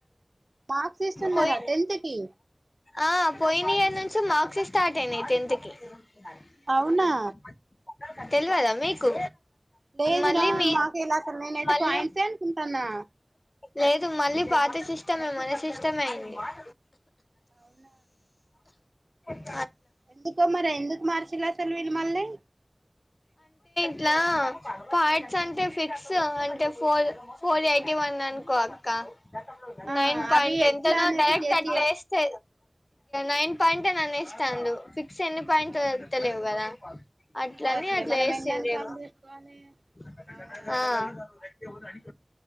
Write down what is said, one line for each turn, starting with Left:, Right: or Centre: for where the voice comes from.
Right: మార్క్స్ ఇస్తున్నారా
Left: పోయి
Right: టెన్త్ కి
Left: ఆ పోయిన ఇయర్ నుంచి మార్క్స్ స్టార్ట్ అయినాయి టెన్త్ కి
Right: అవునా
Left: <unintelligible> తెలవదా మీకు
Right: లేదు
Left: మళ్ళీ
Right: రా
Left: మీ
Right: మాకు ఎలా నేనైతే
Left: మళ్ళీ
Right: పాయింట్స్ ఏం క్కనా
Left: లేదు మళ్ళీ పాత షిష్టమే మనే సిష్టటమంది <inaudible>
Right: అవునా
Left: <inaudible>
Right: ఎందుకో మరి ఎందుకు మార్చిలా అసలు విీళ మళ్ళీ
Left: ఇలా పార్ట్స్ అంటే ఫిక్స్ అంటే ఫోల్ ఫోర్ ఎయిటీ వన్ అనుకో అక్క
Right: ఆ
Left: నైన్ పాయింట్
Right: అవి
Left: టెన్
Right: ఎట్లా
Left: త నా
Right: అనేది
Left: డైరెక్ట్
Right: గెస్
Left: అట్లా
Right: చే
Left: వేస్తే నైన్ పాయింటే నన్ను <unintelligible> ఎన్ని పాయింట్తలేవు
Right: అవును
Left: కదా అట్లని
Right: తెలవట్లే
Left: అట్లా
Right: మనం
Left: వేసిందిే
Right: ఎన్నాని కౌంట్ చేసుకోవాలి
Left: <unintelligible>
Right: అవునవును